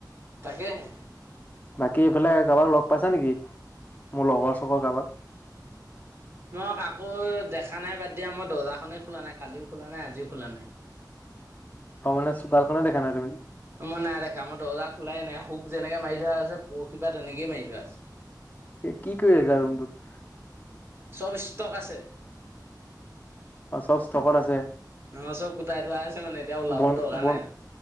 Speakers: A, on the right (about 35°); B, on the left (about 25°).
A: তাকেহে।
B: বাকী এইফালে কাৰোবাক লগ পাইছা নেকি? মোৰ লগৰ চগৰ কাৰোবাক?
A: মই কাকো দেখা নাই, বাদ দিয়া মই দৰজাখনেই খোলা নাই, কালিও খোলা নাই, আজিও খোলা নাই।
B: অ' মানে চোতালখনে দেখা নাই তুমি?
A: মই নাই দেখা, মই দৰ্জা খোলাই নাই, শুক যেনেকে মাৰি থোৱা আছে, পৰহি পৰা তেনেকেই মাৰি থোৱা আছে।
B: হে কি কৰি আছা ৰুমটোত?
A: চব ষ্টক আছে।
B: অ', চব ষ্টকত আছে।
A: অ', চব গোটাই থোৱা আছে মানে এতিয়া ওলাব
B: বন
A: দৰকাৰ
B: বন
A: নাই আৰু।